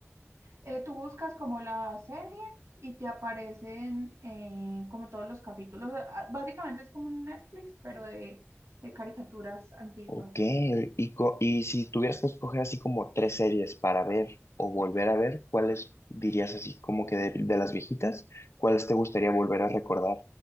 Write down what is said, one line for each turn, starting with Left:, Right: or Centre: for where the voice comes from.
Right: Eh, tú buscas como la serie y te aparecen eh, como todos los capítulos. Ah, Básicamente es como un Netflix, pero de, de caricaturas antiguas.
Left: Ok, y, co- y si tuvieras que escoger así como tres series para ver o volver a ver, ¿cuáles dirías así como que de, de las viejitas? ¿Cuáles te gustaría volver a recordar?